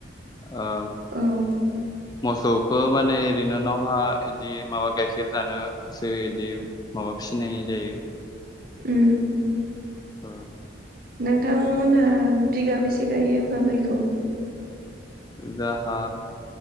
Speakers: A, on the left (about 20°); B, on the right (about 50°).
A: ओ
B: औ
A: मोसौखौ माने ओरैनो न'वहा इदि माबा गाइखेर जानोसो बिदि माबा फिनाय जायो।
B: उम।
A: औ
B: नोंथांमोनहा बिगाबैसे गायो होमबा माइखौ‌?
A: जाहा